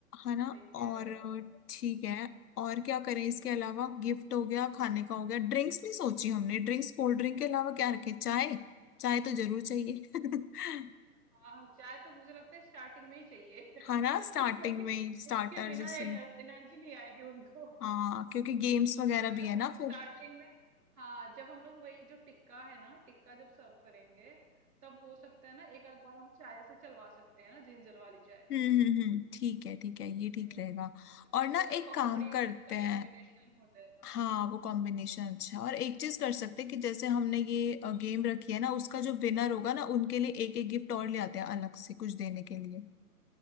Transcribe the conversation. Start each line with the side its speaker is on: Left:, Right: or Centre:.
Left: है ना
Right: सही कह
Left: और
Right: रहे हो आप
Left: अ, ठीक है और क्या करें इसके अलावा गिफ्ट हो गया खाने का हो गया ड्रिंक्स नहीं सोची हमने ड्रिंक्स कोल्ड ड्रिंक के अलावा क्या रखें चाय चाय तो जरूर चाहिए <laughs>
Right: हाँ चाय तो मुझे लगता है स्टार्टिंग में ही चाहिए <laughs>
Left: है ना स्टार्टिंग
Right: क्योंकि
Left: में ही स्टार्टर
Right: उसके बिना
Left: जैसे
Right: एनर्जी नहीं आएगी उनको
Left: हाँ क्योंकि गेम्स वगैरह
Right: है
Left: भी
Right: ना
Left: है ना फिर
Right: स्टार्टिंग में हाँ जब हम लोग वही जो टिक्का है ना टिक्का जब सर्व करेंगे तब हो सकता है ना एक आध बार हम चाय से चलवा सकते हैं ना जिंजर वाली चाय
Left: हम्म हम्म हम्म ठीक है ठीक है ये ठीक
Right: हम्म,
Left: रहेगा
Right: क्योंकि
Left: और ना
Right: वो ना
Left: एक
Right: पकौड़ी
Left: काम
Right: और
Left: करते
Right: इसका
Left: हैं
Right: कॉम्बिनेशन हो जाएगा
Left: हाँ वो कॉम्बिनेशन अच्छा है। और एक चीज कर सकते हैं कि जैसे हमने ये गेम रखी है ना उसका जो विनर होगा ना उनके लिए एक एक गिफ्ट और ले आते हैं अलग से कुछ देने के लिए